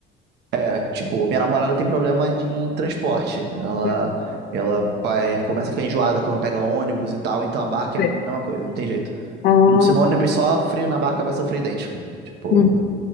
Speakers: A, on the right; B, on the left.
A: é, tipo, minha namorada tem problema de em transporte. Ela,
B: Uhum,
A: ela pá, é, começa a ficar enjoada quando pega ônibus e tal, então a barca
B: sei.
A: é a mesma coisa, não tem jeito.
B: Ah,
A: Se no ônibus sofre, na barca vai sofrer idêntico. Tipo,
B: uhum,